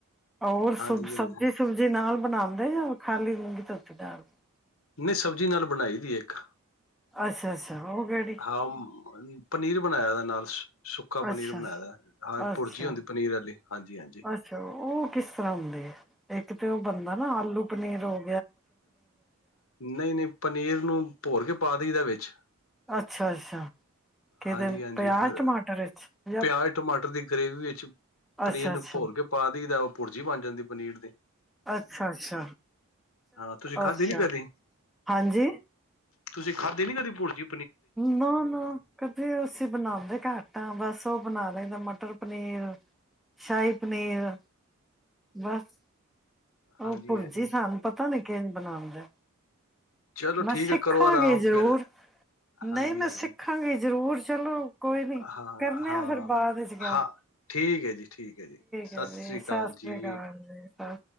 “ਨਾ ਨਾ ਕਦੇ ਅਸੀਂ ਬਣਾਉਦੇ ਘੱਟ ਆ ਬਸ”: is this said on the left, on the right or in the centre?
Centre